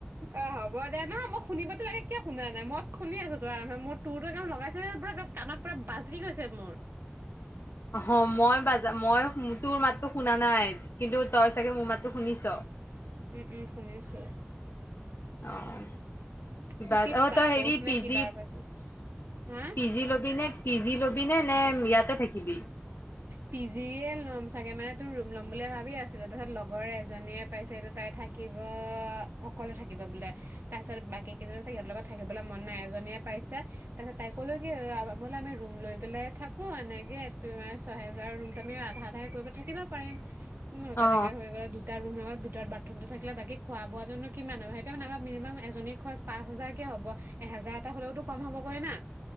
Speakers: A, on the right; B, on the left.
A: অ', হ'ব দে নহয় মই শুনিবতো লাগে কিয় শুনা নাই মই শুনি আছো তোৰ আৰম্ভে মোৰ তুৰ তো একণ লগাইছে পুৰা এক কাণত পুৰা বাজি গৈছে মোৰ
B: অ মই বাজা মই তোৰ মাতটো শুনা নাই কিন্তু তই চাগে মোৰ মাতটো শুনিছ।
A: উম-উম শুনিছো
B: অ',
A: তোৰ কি
B: অ',
A: ক্ৰাটচ
B: তই হেৰি পিজি
A: নে কিবাৰ পাইছে হা?
B: পিজি ল'বি নে পিজি ল'বি? থাকিবি নে ইয়াতে থাকিবি?
A: পি জিয়ে লম চাগে মানে তোৰ ৰুম ল'ম বুলি ভাবি আছিলো তাৰছত লগৰ এজনীয়ে পাইছে, সেইটো তাই থাকিব অকলে থাকিব বোলে তাৰ পিছত বাকী কেইজনীও চাগে সিহঁতৰ লগত থাকিবলৈ মন নাই, এজনীয়ে পাইছে তাৰ পিছত তাই ক'লো কি বোলে আমি ৰুম লৈ পেলাই থাকো এনেকে তোমাৰ ছহেজাৰৰ ৰুমটোত আমি আধা-আধা কৰিব থাকিবা পাৰিম। ন, তেনেকে
B: অ
A: হৈ গ'ল দুটা ৰুমত। ভিতৰত বাথৰুমটো থাকিলে, বাকী খোৱা বোৱাটোনো কিমান নো সেইটো মিনিমাম এজনী খৰচ পাঁচ হাজাৰকে হ'ব এহেজাৰ এটা হলেওতো কম হবগৈ না